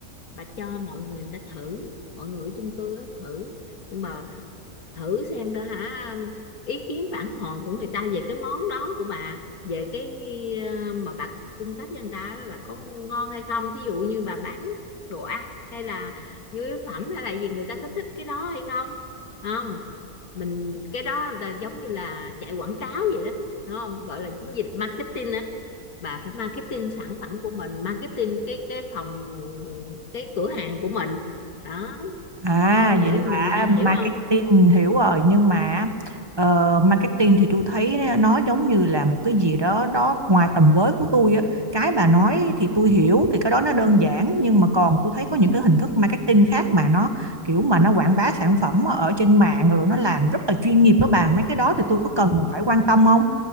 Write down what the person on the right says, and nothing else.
À
vậy là
marketing
hiểu rồi nhưng mà ờ, marketing thì tôi thấy nó giống như là một cái gì đó đó ngoài tầm với của tôi á. Cái bà nói thì tôi hiểu thì cái đó nó đơn giản nhưng mà còn tôi thấy có những cái hình thức marketing khác mà nó kiểu mà nó quảng bá sản phẩm ở trên mạng rồi nó làm rất là chuyên nghiệp đó bà. Mấy cái đó thì tôi có cần phải quan tâm không?